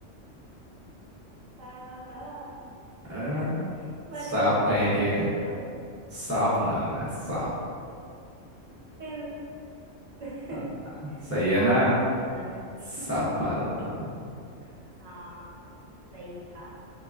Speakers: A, on the right; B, on the left.
A: हाँ हाँ हाँ <laughs>
B: आ,
A: तुम्हारे
B: सांप
A: दोस्त
B: कहीं
A: का नाम
B: के
A: क्या
B: हैं।
A: है बताओगे
B: सांप नाम
A: <laughs>
B: है सांप
A: बिल बिल
B: हाँ, सही है
A: सांप
B: ना
A: पाल रहा था मैं
B: सांप
A: <laughs>
B: पाल रहा हूँ।
A: हाँ सही था